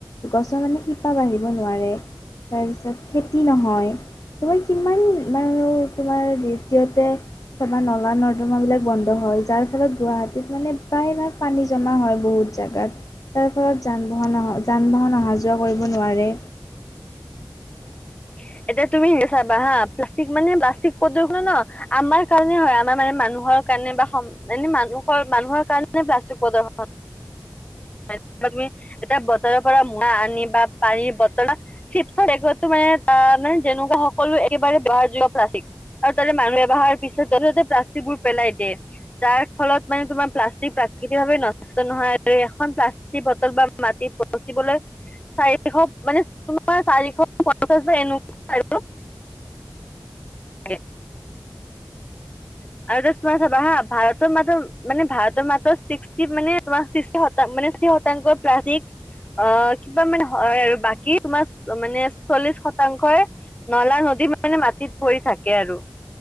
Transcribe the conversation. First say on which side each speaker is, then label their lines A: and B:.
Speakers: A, on the left; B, on the left.
A: গছৰ মানে শিপা বাঢ়িব নোৱাৰে তাৰপিছত খেতি নহয় তোমাৰ কিমান মান তোমাৰ দ্বিতীয়তে চবা নলা নৰ্দমাবিলাক বন্ধ হয় যাৰ ফলত গুৱাহাটীত মানে প্ৰায়ভাগ পানী জমা হয় বহুত <unintelligible> জাগাত তাৰ ফলত যান বাহন অ যান বাহন অহা যোৱা কৰিব নোৱাৰে
B: অ <unintelligible> এতিয়া তুমি নি চাবা হা প্লাষ্টিক মানে প্লাষ্টিক প্ৰদূষণ ন আমাৰ কাৰণে হয় আমাৰ মানে মানুহ <unintelligible> মানুহৰ কাৰণে বা এনে মানুহৰ মানুহৰ কাৰণে প্লাষ্টিক প্ৰদূষণ হয় তুমি এতিয়া বতৰৰ পৰা মৰা আনি বা পানীৰ বতল চিপো মানে ত <unintelligible> মানে যেনেকুৱা সকলো একেবাৰে ব্যৱহাৰ যোগ্য প্লাষ্টিক আৰু তাতে মানুহ এবাহাৰ পিছত যতে ত'তে প্লাষ্টিকবোৰ পেলাই দিয়ে যাৰ ফলত মানে তোমাৰ প্লাষ্টিক <unintelligible> প্ৰাকৃতিক ভাৱে নষ্ট নহয় আৰু এখন প্লাষ্টিক বটল বা মাটি পচিবলৈ চাৰিশ মানে তোমাৰ চাৰিশ পঞ্চাছ বা এনেকুৱা আৰু <unintelligible> <unintelligible> <inaudible> আৰু তোমাৰ চাবা হা ভাৰতৰ মাতৰ মানে ভাৰতৰ মাত্ৰ ছিক্সি মানে তোমাৰ <unintelligible> মানে সিহতৰ প্লাষ্টিক <unintelligible> অ কিবা মানে হয় আৰু বাকী তোমাৰ মানে চল্লিশ শতাংশই নলা নদী মানে মাটিত পৰি থাকে আৰু